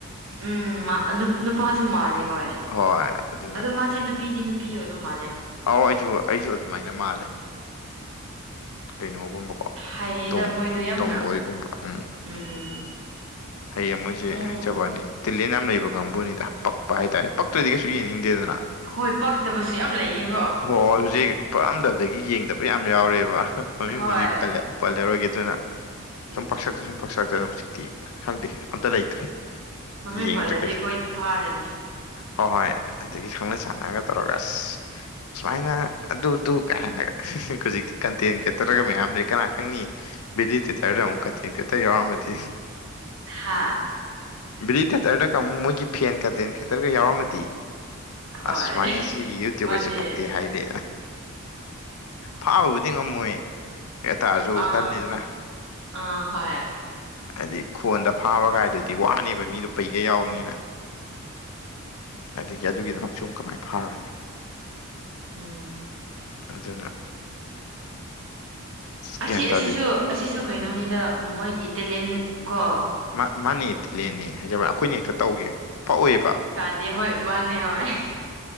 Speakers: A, on the right (about 65°); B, on the left (about 90°).
A: ꯎꯝ ꯃꯥ ꯅꯨ ꯅꯨꯄꯥꯁꯨ ꯃꯥꯂꯤ ꯍꯣꯏ
B: ꯍꯣꯏ ꯑꯗꯨꯅ
A: ꯑꯗꯨ ꯃꯥ ꯁꯦ ꯅꯨꯄꯤꯗꯤ ꯅꯨꯄꯤ ꯑꯣꯏꯕ ꯃꯥꯜꯂꯦ
B: ꯑꯥꯎ ꯑꯩꯁꯨ ꯑꯩꯁꯨ ꯑꯗꯨꯃꯥꯏꯅ ꯃꯥꯜꯂꯦ ꯀꯩꯅꯣꯒꯨꯝꯕꯀꯣ
A: ꯍꯩꯌꯦꯗ
B: ꯇꯣꯝ
A: ꯃꯣꯏꯗꯣ ꯌꯥꯝꯅ
B: ꯇꯣꯝꯕꯣꯏꯒꯨꯝꯕ ꯎꯝ
A: ꯎꯝ
B: ꯍꯩꯌꯦ ꯃꯣꯏꯁꯦ
A: ꯎꯝ
B: ꯍꯩꯖꯕ ꯋꯥꯅꯤ꯫ ꯇꯦꯂꯦꯟ ꯌꯥꯝ ꯂꯩꯕ ꯀꯥꯡꯕꯨꯅꯤꯗ ꯄꯛꯄ ꯍꯥꯏꯇꯥꯔꯦ ꯄꯛꯇ꯭ꯔꯗꯤ ꯀꯩꯁꯨ ꯌꯦꯡꯅꯤꯡꯗꯦꯗꯅ
A: ꯍꯣꯏ ꯄꯛꯇꯕꯁꯨ ꯌꯥꯝ ꯂꯩꯌꯦ
B: ꯍꯣꯏ ꯍꯣꯏ ꯍꯧꯖꯤꯛ ꯄꯛꯑꯝꯗꯕꯗꯒꯤ ꯌꯦꯡꯗꯕ ꯌꯥꯝ ꯌꯥꯎꯔꯦꯕ ꯃꯃꯤꯡꯕꯨꯗꯤ
A: ꯍꯣꯏ
B: ꯄꯜꯂꯦ ꯄꯜꯂꯥꯔꯣꯏꯒꯦ ꯑꯗꯨꯅ
A: ꯎꯝ
B: ꯁꯨꯝ ꯄꯥꯛꯁꯜꯂꯛꯇꯔ꯭ꯦ ꯁꯨꯝ ꯄꯥꯛꯁꯛꯇꯅ ꯍꯧꯖꯤꯛꯇꯤ ꯈꯪꯗꯦ ꯑꯝꯇ ꯂꯩꯇ꯭ꯔꯦ
A: ꯃꯃꯤꯡ
B: ꯌꯦꯡꯗ꯭ꯔꯦ
A: ꯄꯜꯂꯗꯤ
B: ꯀꯩꯁꯨ
A: ꯑꯩꯈꯣꯏꯅꯤ ꯐꯥꯔꯅꯤ
B: ꯍꯣ ꯍꯣꯏ ꯑꯗꯒꯤ ꯈꯪꯅ ꯆꯥꯟꯅꯒ ꯇꯧꯔꯒꯥ ꯑꯁ ꯁꯨꯃꯥꯏꯅ ꯑꯗꯨꯗꯨ ꯀꯥꯏꯅꯒ ꯍꯧꯖꯤꯛꯇꯤ ꯀꯟꯇꯦꯟ ꯀꯔꯦꯇꯔꯒ ꯃꯌꯥꯝ ꯂꯩ ꯀꯅꯥ ꯈꯪꯅꯤ ꯕꯦꯂꯤꯗꯦ ꯇꯔꯗꯥꯥ ꯑꯃꯨꯛ ꯀꯟꯇꯦꯟꯠ ꯀꯔꯦꯇꯔ ꯌꯥꯎꯔꯝꯗꯤ
A: ꯍꯥꯥ
B: ꯕꯤꯂꯤꯗꯦꯇꯔꯗꯒ ꯑꯃꯨꯛ ꯃꯣꯏꯒꯤ ꯐꯦꯟ ꯀꯟꯇꯦꯟ ꯀꯦꯇꯔꯒ ꯌꯥꯎꯔꯝꯃꯗꯤ
A: ꯍꯣꯏ
B: ꯑꯁ ꯁꯨꯃꯥꯏꯅ ꯁꯤꯒꯤ ꯌꯨꯇ꯭ꯌꯨꯕꯔꯁꯦ
A: ꯃꯥꯅꯦ
B: ꯄꯛꯇꯦ ꯍꯥꯏꯔꯦ ꯐꯥꯕꯕꯨꯗꯤ ꯉꯝꯃꯣꯏ ꯑꯗꯣꯑꯣꯏꯇꯥꯔꯁꯨ
A: ꯑꯥ
B: ꯇꯜꯂꯤꯗꯅ
A: ꯑꯥ ꯍꯣꯏ
B: ꯍꯥꯏꯗꯤ ꯈꯣꯟꯗ ꯐꯥꯕꯒꯥꯏꯗꯨꯗꯤ ꯋꯥꯅꯦꯕ ꯃꯤꯗꯣ ꯄꯩꯒ ꯌꯥꯎꯕꯅꯤꯅ ꯑꯗꯒꯤ ꯑꯗꯨꯒꯤꯗꯃꯛ ꯁꯨꯝ ꯀꯃꯥꯏꯅ ꯐꯥꯔꯨꯔꯅꯤ
A: ꯎꯝ
B: ꯑꯗꯨꯅ ꯑꯁ
A: ꯑꯁꯤ
B: ꯒ꯭ꯌꯥꯟ ꯇꯥꯗꯦ
A: ꯑꯁꯤꯁꯨ ꯑꯁꯤꯁꯨ ꯀꯩꯅꯣꯅꯤꯗ ꯃꯣꯏꯒꯤ ꯇꯦꯂꯦꯟ ꯀꯣ
B: ꯃꯥ ꯃꯥꯅꯦ ꯇꯦꯂꯦꯟꯠꯅꯤ ꯍꯥꯏꯖꯕ ꯑꯩꯈꯣꯏꯅ ꯍꯦꯛꯇ ꯇꯧꯒꯦ ꯄꯛꯑꯣꯏꯕ
A: ꯑꯗꯨ ꯍꯣꯏ ꯃꯥꯅꯤ ꯍꯣꯏ